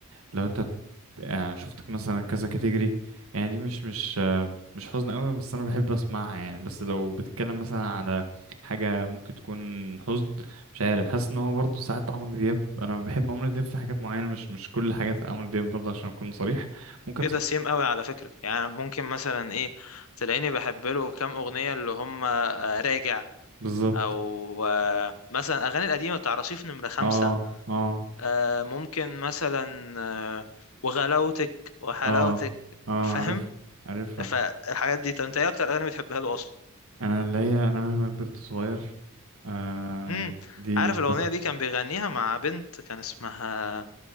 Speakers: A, on the right; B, on the left.
A: لو انت آه شفتك مثلا كذا كاتيجوري يعني دي مش مش آه مش حزن قوي بس انا بحب اسمعها يعني بس لو بتتكلم مثلا على حاجه ممكن تكون حزن مش عارف حاسس ان هو برضه ساعات عمرو دياب انا بحب عمرو دياب في حاجات معينه مش مش كل حاجات عمرو دياب برضه عشان اكون صريح ممكن
B: ايه
A: صعب
B: ده سيم قوي على فكره يعني ممكن مثلا ايه تلاقيني بحب له كام اغنيه اللي هم آه، راجع
A: بالظبط
B: او آه، مثلا اغاني القديمه بتاع رصيف نمره خمسة
A: اه اه
B: آه، ممكن مثلا آه، وغلاوتك وحلاوتك
A: اه اه
B: فاهم
A: عارف عارفها
B: فالحاجات دي طب انت ايه اكتر اغاني بتحبها له اصلا
A: انا اللي هي انا مهما كبرت صغير آه
B: امم
A: دي
B: عارف
A: تحفة
B: الاغنيه دي كان بيغنيها مع بنت كان اسمها